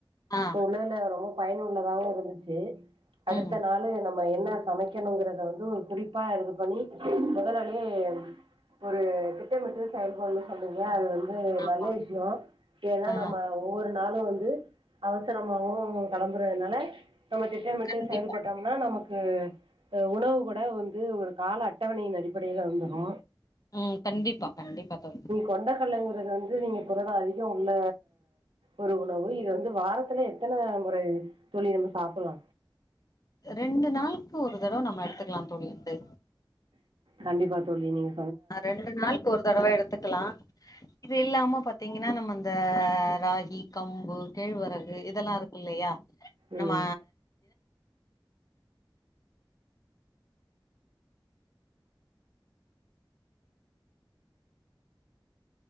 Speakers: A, on the left (about 45°); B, on the right (about 80°).
A: ஆ
B: இப்ப உள்ளந்த ரொம்ப பயனுள்ளதாவு இருந்துச்சு அடுத்த
A: ம்
B: நாளு நம் ம என்ன சமைக்கணுங்கறத வந்து ஒரு குறிப்பா எடது பண்ணி மொத நாளே ஒரு திட்டமிட்டு செயல்படுனு சொன்னீங்க அது வந்து
A: ஆமா.
B: நல்ல விஷயோ ஏன்னா
A: ஆ
B: நம்ம ஒவ்வொரு நாளு வந்து அவசரமாவு களம்பறதுனால நம்ம திட்டமிட்டு
A: கண்டிப்பா
B: செயல்பட் டம்ன்னா நமக்கு அ உணவு கூட வந்து ஒரு கால அட்டவணையின் அடிப்படையில வந்துரு
A: ம் கண்டிப்பா கண்டிப்பா தோழி
B: கொண்டக்கடலைங்கறது வந்து நீங்க புரதோ அதிகோ உள்ள ஒரு உணவு இது வந்து வாரத்துல எத் தன முறை தோழி நம்ம சாப்புலா
A: ரெண்டு நாளுக்கு ஒரு தடவ நம்ம எடுத்துக்கலா தோழி வந்து
B: கண்டிப்பா தோழி நீங்க
A: நா ரெண்டு நாள்க்கு ஒரு தடவ எடுத்துக்கலா இது இல்லாம பாத்திங்கன்னா நம்ம அந்த ராகி கம்பு கேழ்வரகு இதல்லா இருக் குல்லயா
B: ம்
A: நம்ம